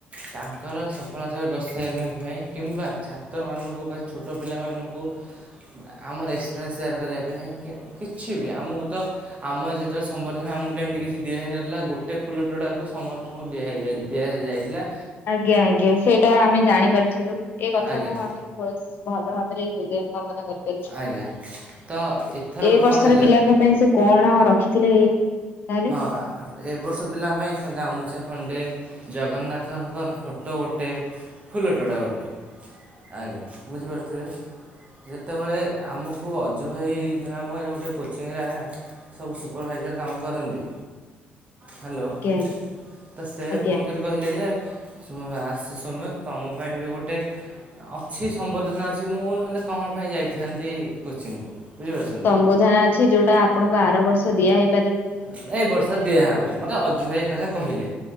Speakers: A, on the right; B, on the left.
A: ତାଙ୍କର ସଫଳତାର ଦର୍ଶାଇବା ପାଇଁ କିମ୍ବା ଛାତ୍ରମାନଙ୍କୁ ବା ଛୋଟ ପିଲାମାନଙ୍କୁ ଆମର ଏକ୍ସପିରିଏନ୍ସ ସେୟାର କରିବା ପାଇଁ କିଛି ବି ଆମକୁ ତ ଆମ ଯେତେବେଳେ ସମ୍ବର୍ଦ୍ଧନା ଆମକୁ ତ ଏମତି କିଛି ଦିଆହୋଇ ନଥିଲା ଗୋଟେ ଫୁଲ ତୋଡ଼ାକୁ ସମ ସ୍ତଙ୍କୁ ଦିଆହୋଇ ଦିଆହୋଇଯାଇଥିଲା।
B: ଆଜ୍ଞା ଆଜ୍ଞା ସେଇଟା ଆମେ ଜାଣିପାରିଥିଲୁ ଏଇ କଥାକୁ
A: ଆଜ୍ଞା
B: ଆମେ ବେଶ୍ ଭଲ ଭାବେ ପରେ ହୃଦୟ କାମନା କରିପାରିଛୁ
A: ଆଜ୍ଞା ତ ଏଥରକ
B: ଏ
A: କ'ଣ
B: ବର୍ଷର
A: ହେଲା
B: ପିଲାଙ୍କ ପାଇଁ ସେ କଣ ରଖିଥିଲେ? ତାହେଲେ
A: ଆ ଏବର୍ଷ ପିଲାଙ୍କ ପାଇଁ ଗାମୁଛା ଖଣ୍ଡେ ଜଗନ୍ନାଥଙ୍କର ଫଟୋ ଗୋଟେ ଫୁଲଟୋଡ଼ା ଗୋଟେ ଆଜ୍ଞା ବୁଝିପାରୁଥିବେ। ଯେତେବେଳେ ଆମକୁ ଅଜୁ ଭାଇ ନାମକ ଗୋଟେ କୋଚିଂରେ ସବୁ ସୁପରଭାଇଜର କାମ କରନ୍ତି। ହ୍ୟାଲୋ।
B: ଆଜ୍ଞା ଆଜ୍ଞା
A: ତ ସେ
B: ଆଜ୍ଞା
A: ଫୋନ କରି କହିଲେ ଯେ ସୌମ୍ୟ ଆସିଚି ସୌମ୍ୟ ତମ ପାଇଁ ବି ଗୋଟେ ଅଛି। ସମ୍ବର୍ଦ୍ଧନା ଅଛି। ମୁଁ ନ ହେଲେ କଣ ପାଇଁ ଯାଇଥାନ୍ତି କୋଚିଂକୁ? ବୁଝିପାରୁଛନ୍ତି
B: ସମ୍ବର୍ଦ୍ଧନା
A: ତ
B: ଅଛି। ଯୋଉଟା ଆପଣଙ୍କୁ ଆର ବର୍ଷ ଦିଆହେଇ
A: ନାଇଁ, ଏଇ ବର୍ଷ ଦିଆହବ। ମୋତେ ଅଜୁଭାଇ ଏକଥା କହିଲେ।